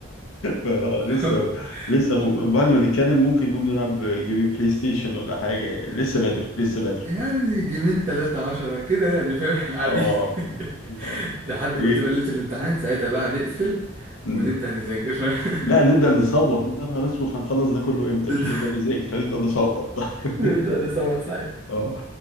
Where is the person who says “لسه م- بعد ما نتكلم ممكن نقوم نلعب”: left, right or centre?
Left